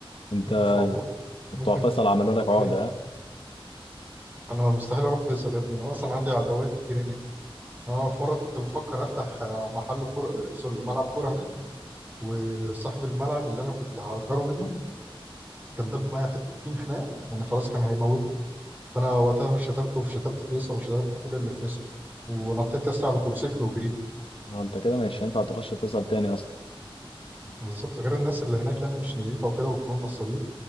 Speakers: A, on the left; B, on the right.
A: انت
B: ممكن في العبور ممكن
A: بتوع فيصل عملوا لك عقده
B: إيه
A: ها
B: أنا مستحيل أروح فيصل يا ابني أنا أصلا عندي عداوات كتير هناك أنا في مرة كنت بفكر أفتح آه، محل كورة آه، سوري ملعب كورة وصاحب الملعب اللي انا كنت هأجره منه كان دب معايا حتتين خناق يعني خلاص كان هيموتني فانا وقتها شتمته وشتمت فيصل وشتمت كل اللي في فيصل ونطيت لسه على تورسيكل وجريت
A: آه، انت كده مش هينفع تخش فيصل تاني اصلا
B: بالظبط غير الناس اللي هناك يعني مش نظيفه وكده وكلهم نصابين